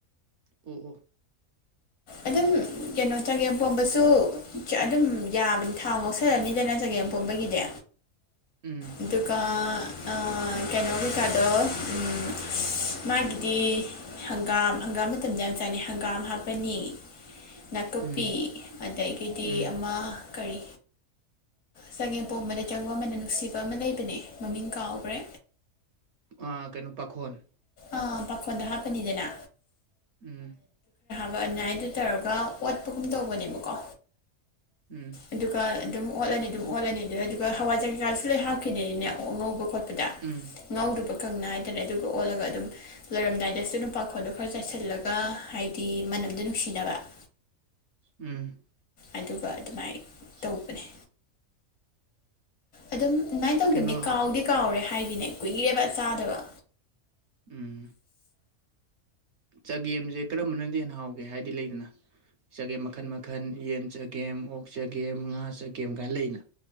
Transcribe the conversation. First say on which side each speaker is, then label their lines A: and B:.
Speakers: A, on the right (about 60°); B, on the left (about 70°).
A: ꯑꯣ ꯑꯣ
B: ꯑꯗꯨꯝ ꯀꯩꯅꯣ ꯆꯒꯦꯝ ꯄꯣꯝꯕꯁꯨ ꯑꯗꯨꯝ ꯌꯥꯕꯅꯤ ꯊꯥꯎ ꯉꯧꯁꯜꯂꯅꯤꯗꯅ ꯆꯒꯦꯝꯄꯣꯝꯕꯒꯤꯗꯤ
A: ꯎꯝ
B: ꯑꯗꯨꯒ ꯑꯥ ꯀꯩꯅꯣ ꯀꯩꯀꯥꯗꯣ ꯎꯝ ꯃꯥꯒꯤꯗꯤ ꯍꯪꯒꯥꯝ ꯍꯪꯒꯥꯝ ꯃꯇꯝꯗ ꯌꯥꯝ ꯆꯥꯅꯩ ꯍꯪꯒꯥꯝ ꯍꯥꯞꯄꯅꯤ ꯅꯥꯀꯨꯞꯄꯤ
A: ꯎꯝ
B: ꯑꯗꯒꯤꯗꯤ
A: ꯎꯝ
B: ꯑꯃ ꯀꯔꯤ ꯆꯒꯦꯝ ꯄꯣꯝꯕꯅꯦ ꯆꯪꯕ ꯃꯅꯝ ꯅꯨꯡꯁꯤꯕ ꯑꯃ ꯂꯩꯕꯅꯦ ꯃꯃꯤꯡ ꯀꯥꯎꯈ꯭ꯔꯦ
A: ꯑꯥ ꯀꯩꯅꯣ ꯄꯥꯈꯣꯟ
B: ꯑꯥ ꯄꯥꯈꯣꯟꯗ ꯍꯥꯞꯄꯅꯤꯗꯅ
A: ꯎꯝ
B: ꯑꯗꯨꯒ ꯑꯣꯅꯏꯗ ꯇꯧꯔꯒ ꯑꯣꯠꯄꯒꯨꯝ ꯇꯧꯕꯅꯦꯕꯀꯣ
A: ꯎꯝ
B: ꯑꯗꯨꯒ ꯑꯗꯨꯝ ꯑꯣꯠꯂꯅꯤ ꯑꯗꯨꯝ ꯑꯣꯠꯂꯅꯤ ꯑꯗꯨ ꯑꯗꯨꯒ ꯍꯋꯥꯏꯖꯥꯔ ꯀꯩꯀꯥꯁꯨ ꯂꯣꯢ ꯍꯞ ꯈꯤꯗꯅꯤꯅꯦ ꯉꯧꯕ ꯈꯣꯠꯄꯗ
A: ꯎꯝ
B: ꯉꯧꯗꯨꯕ ꯈꯪꯅ ꯍꯥꯏꯇꯥꯔꯦ ꯑꯗꯨꯒ ꯑꯣꯜꯂꯒ ꯂꯣꯏꯔꯝꯗꯥꯏꯗꯁꯨ ꯅꯨꯄꯥꯈꯣꯟꯗꯣ ꯈꯔ ꯆꯥꯏꯁꯤꯜꯂꯒ ꯍꯥꯏꯗꯤ ꯃꯅꯝꯗꯣ ꯅꯨꯡꯁꯤꯅꯕ <inaudible>
A: ꯎꯝ
B: ꯑꯗꯨꯒ ꯑꯗꯨꯃꯥꯏꯅ
A: <inaudible>
B: ꯇꯧꯕꯅꯦ ꯑꯗꯨꯝ ꯑꯗꯨꯃꯥꯏꯅ ꯇꯧꯗꯕꯅꯦ
A: ꯀꯩꯅꯣ
B: ꯀꯥꯎꯗꯤ ꯀꯥꯎꯔꯦ ꯍꯥꯏꯗꯤꯅꯦ ꯀꯨꯏꯔꯦꯕ ꯆꯥꯗꯕ
A: ꯎꯝ ꯆꯒꯦꯝꯁꯦ ꯀꯔꯝꯕꯅꯗꯤ ꯍꯦꯟꯅ ꯍꯥꯎꯒꯦ ꯍꯥꯏꯗꯤ ꯂꯩꯗꯅ ꯆꯒꯦꯝ ꯃꯈꯟ ꯃꯈꯟ ꯌꯦꯟ ꯆꯒꯦꯝ ꯑꯣꯛ ꯆꯒꯦꯝ ꯉꯥ ꯆꯒꯦꯝ ꯀꯥꯏꯅ ꯂꯩꯗꯅ